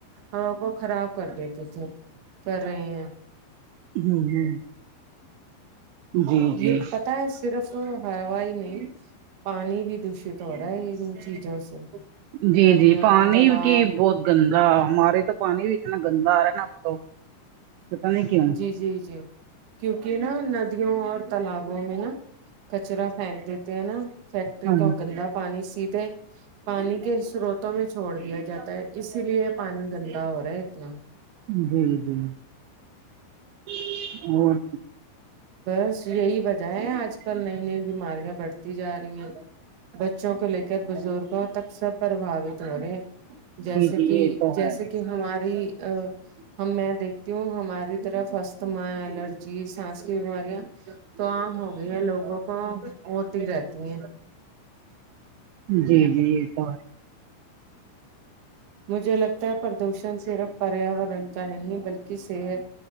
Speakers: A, on the right; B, on the right.
A: ابو خراب کر دیتے تھے کرر رہے ہیں
B: ہوں ہ جی جی
A: یہ پتا ہے صرف ہوا ہی نہیں پانی بھی دشت ہو رہا ہے ان چیزوں سے
B: جی
A: ندیاں
B: جی پانی
A: تالاب
B: کی بہت گندا ہمارے تو پانی بھی اتنا گندا آ رہا ہے نا اب تو پتا نہیں کیا
A: جی جی جی کیونکہ نا ندیوں اور تالابوں میں نا کچرا پھینک دیتے ہیں نا فیکٹری
B: ہاں
A: کو گندا پانی سی دے پانی کے سروتوں میں چھوڑ دیا جاتا ہے اسی لیے پانی گندا ہو رہا ہے اتنا
B: جی جی اور
A: بس یہی وجہ ہے آج کل نئی نئی بیماریاں بڑھتی جا رہی ہیں بچوں کو لے کر بزرگوں تک سب پرباوت ہو رہے جیسے
B: جی
A: کہ
B: یہ تو
A: جیسے
B: ہے
A: کہ کہ ہماری ہم میں دیکھتی ہوں ہماری طرف تما الرجی سانس کی بیماریاں تو عام ہو گئی ہیں لوگوں کو تی رہتی ہیں
B: جی جی یہ تو
A: مجھے لگتا ہے پردوشن صرف پریاورن کا نہیں بلکہ صحت